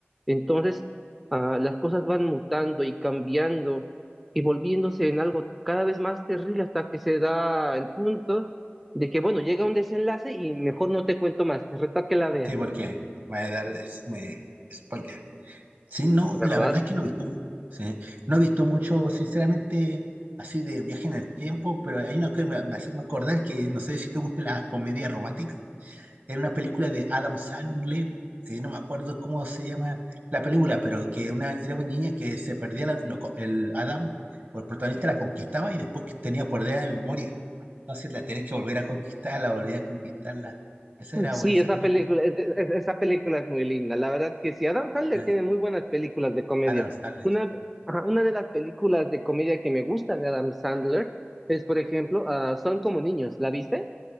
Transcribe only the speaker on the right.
sí, porque me va a dar es- me, spoiler. Sí, no,
la verdad es que no he visto, mu- sí, no he visto mucho, sinceramente, así de viaje en el tiempo, pero hay una que me, me hace acordar que no sé si te gustan las comedias románticas. Era una película de Adam Sandler, eh, no me acuerdo cómo se llama la película, pero que una, era una niña que se perdía la- lo co- el Adam, o el protagonista la conquistaba y después que tenía pérdida de memoria. Entonces la tenés que volver a conquistar, la volver a conquistarla. Esa era
buena esa
película,
eh,
Adam Sandler.